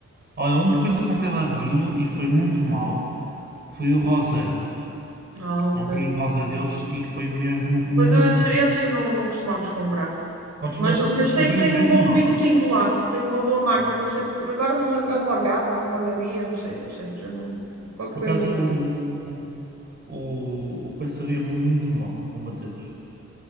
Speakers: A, on the right; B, on the right.
A: Olha, a única coisa que comprei lá de vinho e foi muito mau foi o rosé.
B: Ah, ok.
A: Comprei o rosé deles e foi mesmo muito
B: Pois eu, esse,
A: mau.
B: esse não, não costumamos comprar.
A: Podes-
B: Mas,
A: Mas
B: mas sei
A: sabia
B: que tem
A: mesmo
B: um bom
A: mal.
B: vinho tinto lá. Tem uma boa marca.
A: Sim.
B: Não sei. Agora não me lembro. É uma Morgada, Morgadia, não sei. Não sei. Já não. Qualquer
A: Por
B: coisa
A: acaso,
B: por aí.
A: o o, o coisa sabia muito mal, o Mateus.